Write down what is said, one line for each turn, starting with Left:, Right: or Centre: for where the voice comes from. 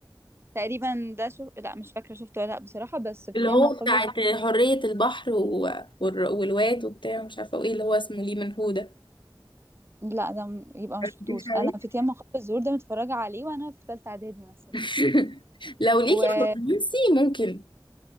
Right: تقريبا ده شو لا مش فاكرة شفته ولا لا بصراحة بس فتيان
Left: اللي هو
Right: ما قبل
Left: بتاعت
Right: الظهور
Left: حرية البحر و... والر- والواد وبتاع مش عارفه وايه اللي هو اسمه ليه من هو ده
Right: لا ده م- يبقى ما شفتوش
Left: مش عليك
Right: انا في ياما خط الزهور ده متفرجه عليه وانا في ثالثه اعدادي مثلا
Left: <laughs> لو ليكي
Right: وليا
Left: في الرومانسي ممكن